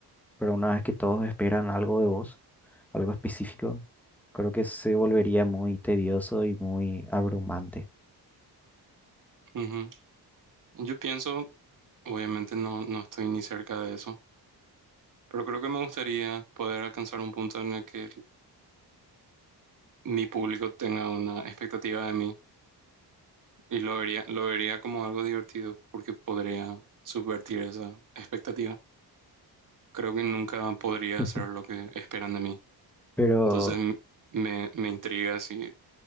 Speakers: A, in the centre; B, on the right (about 50°).
A: Pero una vez que todos esperan algo de vos, algo específico, creo que se volvería muy tedioso y muy abrumante.
B: Ujú. Yo pienso, obviamente no, no estoy ni cerca de eso, pero creo que me gustaría poder alcanzar un punto en el que mi público tenga una expectativa de mí Y lo vería, lo vería como algo divertido porque podría subvertir esa expectativa. Creo que nunca podría
A: <laughs>
B: hacer lo que esperan de mí.
A: Pero
B: Entonces m- me, me intriga si